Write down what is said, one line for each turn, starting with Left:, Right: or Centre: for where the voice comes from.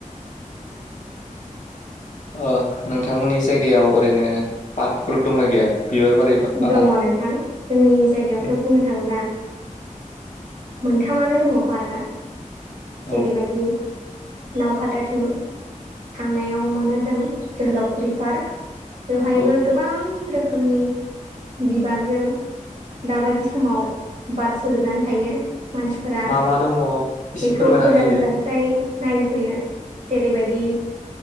Left: ओ नोंथांमोननि जायगायाव ओरैनो पार्कफोर दंना गैया। बिबार बारि बा बागान?
Right: दङ नोंथां जोंनि जायगायावथ'
Left: औ
Right: बुंनो थाङोब्ला। मोनथामानो दङ पार्कआ जेरैबायदि।
Left: औ
Right: नाव खाताथिं थांनायाव मोनो जों जोहोलावफुरि पार्क। बेवहायबो
Left: औ
Right: गोबां रोखोमनि। बिबारजों दाबायदि समाव बार फुजोबनानै थायो। मानसिफोरा
Left: मा मा दङ एसे
Right: बेखौ
Left: फोरमायनानै
Right: गोजान
Left: होदो
Right: गोजाननिफ्राय। नायनो फैयो जेरैबायदि